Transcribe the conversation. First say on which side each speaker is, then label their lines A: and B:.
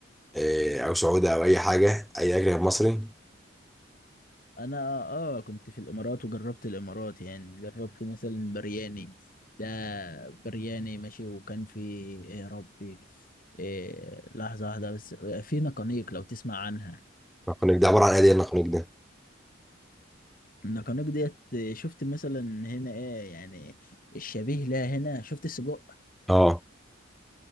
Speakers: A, in the centre; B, on the left.
A: آه، او سعودي او اي حاجه اي اكل غير مصري
B: انا اه كنت في الامارات وجربت الامارات يعني جربت مثلا برياني ده برياني ماشي وكان في إيه يا ربي إيه لحظه واحده بس في نقانيق لو تسمع عنها
A: النقانق ده عباره عن ايه دي النقانق ده
B: النقانق ديت شفت مثلا هنا ايه يعني الشبيه لها هنا شفت السجق
A: اه